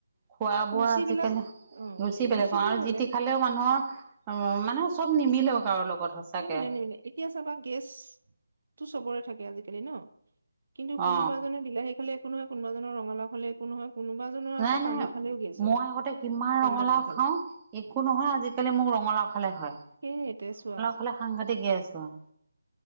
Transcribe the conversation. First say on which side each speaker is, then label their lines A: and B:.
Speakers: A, on the right (about 15°); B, on the right (about 65°).
A: খোৱা বোৱা
B: ৰুচি
A: আজিকালি
B: বিলাক অ
A: ৰুচি বেলেগ
B: ৰুচিটোও
A: আৰু
B: বেলেগ
A: যি টি খালেও মানুহৰ অ মানে চব নিমিলেও কাৰো লগত। সঁচাকে
B: নিমিলে নিমিলে এতিয়া চাবা গেছটো চবৰে থাকে আজিকালি ন। কিন্তু কোনোবাজনে
A: অ
B: বিলাহী খালে একো নহয়, কোনোবাজনৰ ৰঙালাও খালে একো নহয়। কোনোবা জনৰ
A: নাই
B: আকৌ পানী
A: নাই
B: খালেও গেছ হয়
A: মই আগতে কিমান
B: ঠাণ্ডা
A: ৰঙালাও
B: পানী খালে
A: খাওঁ একো নহয় আজিকালি মোৰ ৰঙালাও খালে হয়।
B: সেইয়ে এতিয়া চোৱা
A: ইফালে সাংঘাটিক গেছ হয়।